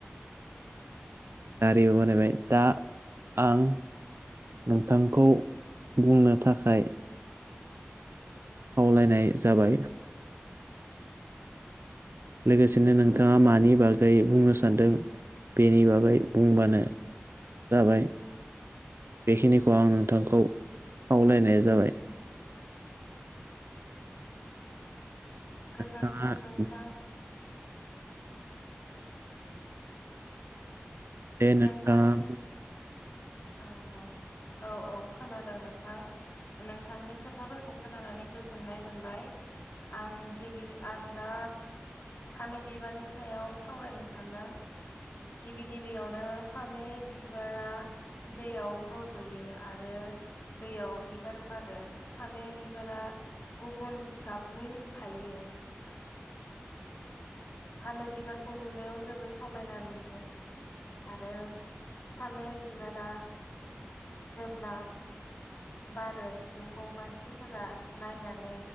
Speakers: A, on the right; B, on the left.
A: दारिबो बानायबाय दा आं नोंथांखौ बुंनो थाखाय खावलायनाय जाबाय लोगोसेनो नोंथाङा मानि बागै बुंनो सानदों बेनि बागै बुंबानो जाबाय बेखिनिखौ आं नोंथांखौ खावलायनाय जाबाय
B: गोजोन्थों
A: नोंथाङा
B: नोंथां।
A: बे नोंथाङा
B: नोंथां
A: <inaudible>
B: औ औ औ औ खोनादों नोंथां नोंथांनि खोथाफोरखौ खोनानानै गोजोननाय मोनबाय आं गिबि आं दा फामि बिबारनि सायाव सावरायनो सानदों गिबि गिबि बेयावनो फामे बिबारा दैयाव रज'यो आरो दैयाव बिबार बारो फामे बिबारा गुबुन गाबनि थायो फामे बिबारखौ नुनायाव जोबोर समायना नु आरो फामे बिबारा जेब्ला बारो बेखौ मानसिफोरा नायनानै